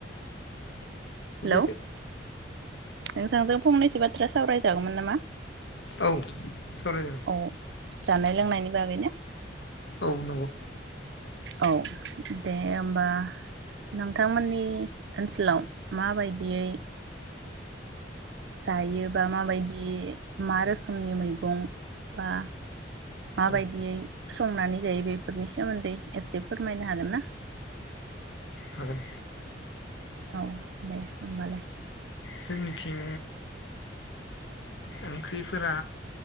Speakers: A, on the left; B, on the right.
A: बुजियाखै
B: हेलौ नोंथांजों फंनैसो बाथ्रा सावरायजागौमोन नामा?
A: औ सावराय जागोन।
B: औ जानाय लोंनायनि बागैनो।
A: औ नंगौ।
B: औ दे होमबा नोंथांमोननि ओनसोलाव। माबायदियै। जायो बा माबायदि मा रोखोमनि मैगं बा। माबायदियै
A: औ
B: संनानै जायो बेफोरनि सोमोन्दै एसे फोरमायनो हागोन ना?
A: हागोन।
B: औ दे होमबालाय।
A: जोंनिथिं। ओंख्रिफोरा